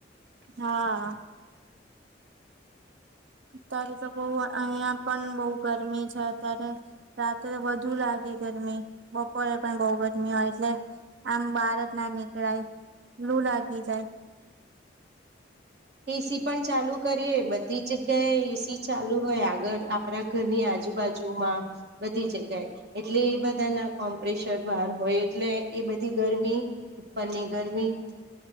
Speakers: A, on the right; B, on the right.
A: હા અત્યારે તો બહ અહિયાં પણ બહ ગરમી છે, અત્યારે રાત્રે વધુ લાગે ગરમી બપોરે પણ બહ ગરમી હોય એટલે આમ બહાર જ ના નીકળાય લું લાગી જાય
B: <inaudible> એસી પણ ચાલુ કરીએ બધી જગ્યાએ એસી ચાલુ હોય આગળ આપણા ઘરની આ આજુબાજુમાં બધી જગ્યાએ એટલે એ બધા ના કોમ્પેશર બહાર હોય એટલે એ બધી ગરમી ઉપરની ગરમી